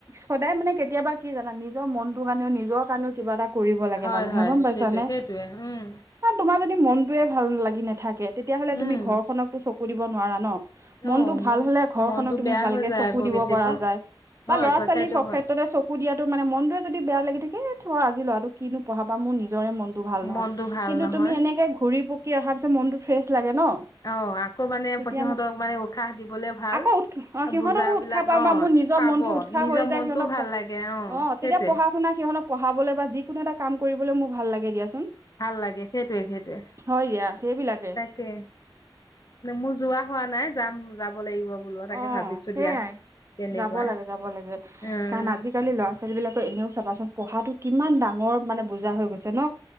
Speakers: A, on the right; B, on the left.
A: সদায় মানে কেতিয়াবা কি জানা নিজৰ মনটো মানে নিজৰ কাৰণেও কিবা এটা কৰিব লাগে
B: হয়
A: মানুহে
B: হয়
A: গম পাইছানে
B: সেইটো সেইটোৱে উম
A: তোমাক যদি মনটোয়ে ভাল লাগি নাথাকে তেতিয়াহ'লে
B: উম
A: তুমি ঘৰ খনকতো চকু দিব নোৱাৰা ন। মনটো
B: অ
A: ভাল হলে ঘৰ
B: মনটো
A: খনক তুমি
B: বেয়া
A: ভালকে
B: হৈ যায়
A: চ
B: আকৌ
A: কু দিব
B: কেতিয়াবা
A: পৰা যায় বা
B: হয়
A: ল'ৰা
B: হয়
A: -ছোৱালী
B: সেইটো
A: হওঁক
B: হয়
A: ক্ষেত্ৰতে চকু দিয়াতো মানে মনটোয়ে যদি বেয়া লাগি থাক তে থোৱা আজি ল'ৰাটো কিনো পঢ়াবা মোৰ নিজৰে মনটো ভাল নহয়
B: মনটো ভাল
A: কিন্তু
B: নহয়
A: তুমি এনেকে ঘূৰি পকি অহাৰ পিছত মনটো ফ্ৰেছ লাগে। ন
B: অ আকৌ মানে
A: তেতিয়া
B: সিহঁতক মানে উশাহ দিবলে ভাল
A: আকৌ উৎসাহ অ সিহঁতকো
B: বুজাবিলাক
A: উৎসাহ পাম
B: অ
A: বা মোৰ নিজৰ
B: পাব
A: মনটো উৎসাহ
B: নিজৰ
A: হৈ যায়
B: মনটোও
A: সিহতক
B: ভাল লাগে
A: অ তেতিয়া
B: সেইটোৱে
A: পঢ়া শুনা ত পঢ়াবলৈ বা যিকোনো এটা কাম কৰিবলৈ মোৰ ভাল লাগে দিয়াচোন।
B: ভাল লাগে সেইটোৱে সেইটোৱে
A: হয় দিয়া সেইবিলাকে
B: তাকে মোৰ যোৱা হোৱা নাই যাম যাব লাগিব বোলো তাকে
A: অ
B: ভাবিছো
A: সেইয়াই
B: দিয়া। তেনেকুৱা
A: যাব লাগে যাব লাগে
B: উম
A: কাৰণ আজিকালি ল'ৰা ছোৱালী বিলাকে এনেও চাবাচোন। পঢ়াটো কিমান ডাঙৰ মানে বুজা হৈ গৈছে ন